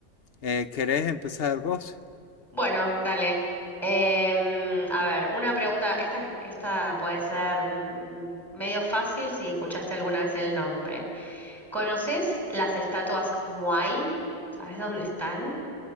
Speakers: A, on the left; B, in the centre.
A: Eh, ¿querés empezar vos?
B: Bueno, dale. Em, a ver, una pregunta. Esta, esta puede ser mm, medio fácil si escuchaste alguna vez el nombre. ¿Conoces las estatuas Muay? ¿Sabes dónde están?